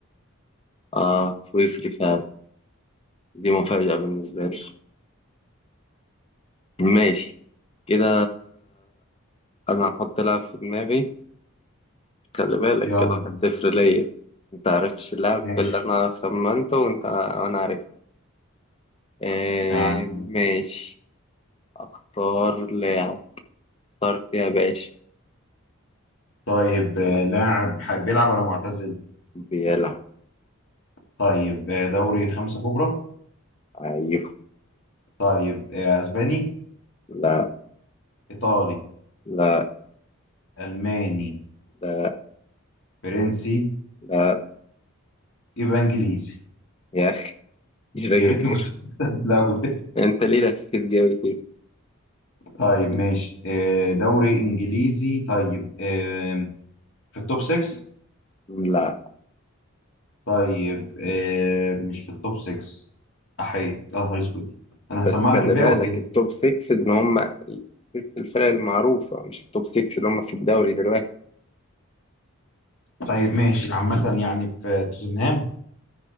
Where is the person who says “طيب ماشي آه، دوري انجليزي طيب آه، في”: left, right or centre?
Left